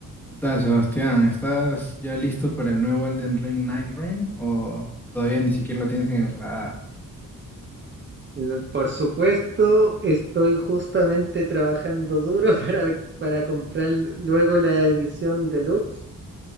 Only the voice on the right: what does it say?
No, Por supuesto, estoy justamente trabajando duro <laughs> para, para comprar luego la edición deluxe